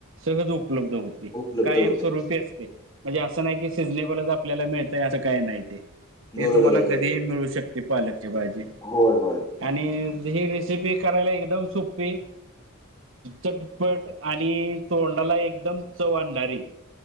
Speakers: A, on the right (about 65°); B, on the left (about 20°).
A: सहज उपलब्ध होते.
B: उपलब्ध
A: कायमस्वरूपी
B: होते.
A: अस ते म्हणजे असं नाही की सिजनेबलच आपल्याला मिळतय असं काही नाही ते हे
B: बरोबर
A: तुम्हाला
B: आहे, बरोबर.
A: कधीही मिळू शकते पालकची भाजी
B: होय, होय.
A: आणि ही रेसिपी करायला एकदम सोप्पी चटपट आणि तोंडाला एकदम चव आणणारी